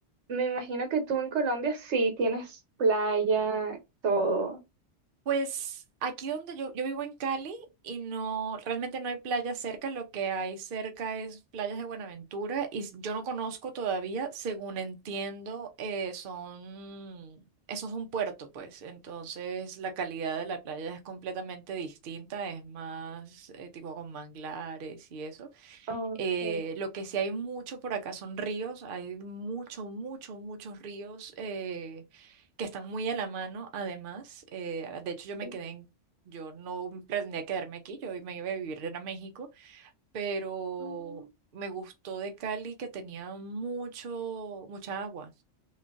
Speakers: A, on the right; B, on the right.
A: me imagino que tú en Colombia sí tienes playa, todo.
B: Pues aquí donde yo, yo vivo en Cali y no, realmente no hay playa cerca, lo que hay cerca es playas de Buenaventura y s- yo no conozco todavía, según entiendo, eh, son, eso es un puerto, pues, entonces la calidad de la playa es completamente distinta, es más eh, tipo con manglares y eso.
A: Ok,
B: Eh, lo que sí hay mucho por acá son ríos, hay mucho, mucho, muchos ríos eh, que están muy a la mano, además. Eh, de hecho, yo me
A: sí.
B: quedé en, yo no pretendía quedarme aquí, yo me iba a vivir en México, pero
A: Ah,
B: me gustó de Cali que tenía mucho, mucha agua.